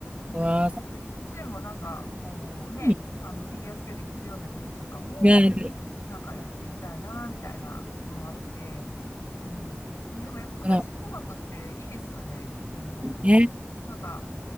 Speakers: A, on the left; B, on the right.
A: ね、
B: うわ
A: なんかそっちでもなんか、こうね、
B: ー、
A: あの、フィギュアスケート聴くような曲とかも、
B: が、
A: なんかやってみたいな、みたいなのがあって、うん。ね、でもやっぱクラシック音楽っていいですよね。
B: その、
A: あの、
B: ね、
A: なんか、